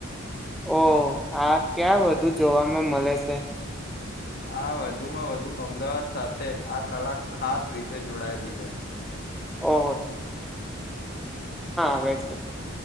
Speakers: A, in the centre; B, on the left.
A: ઓ આ ક્યાં વધુ જોવાવામાં મળે છે.
B: આ વધુમાં વધુ અમદાવાદ સાથે આ કલા ખાસ રીતે જોડાયેલી છે.
A: ઓહ હ છે.